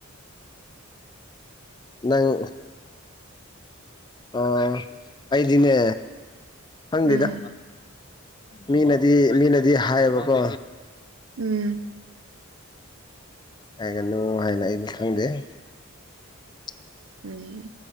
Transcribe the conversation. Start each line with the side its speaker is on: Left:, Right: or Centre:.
Left: ꯅꯪ ꯑꯣ ꯑꯩꯗꯤꯅꯦ ꯍꯪꯗꯦꯗ
Right: ꯎꯝ
Left: ꯃꯤꯅꯗꯤ ꯃꯤꯅꯗꯤ ꯍꯥꯏꯌꯦꯕꯀꯣ
Right: ꯎꯝ
Left: ꯍꯥꯏꯒꯅꯨ ꯍꯥꯏꯅ ꯑꯩꯗꯤ ꯈꯪꯗꯦ <unintelligible>
Right: ꯎꯝ